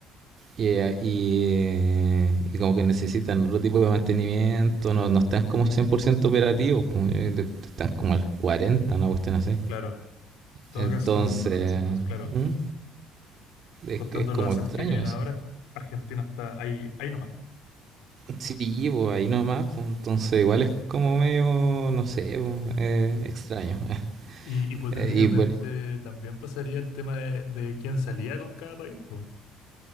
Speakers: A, on the right; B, on the left.
A: Y, eh, y, eh, y como que necesitan otro tipo de mantenimiento, no, no están como 100% operativos, pues, eh, de- están como al 40, una cuestión así.
B: claro. En todo
A: Entonces,
B: caso, claro,
A: ¿Mm? es,
B: contando
A: es como
B: los assets
A: extraño
B: que tienen
A: eso.
B: ahora, Argentina está ahí, ahí nomás.
A: Sí, pues ahí nomás, pues, entonces igual es como medio, no sé, pues, eh, extraño. <laughs>
B: Y hipotéticamente
A: Eh, y por-
B: también pasaría el tema de, de quién salía con cada país, pues.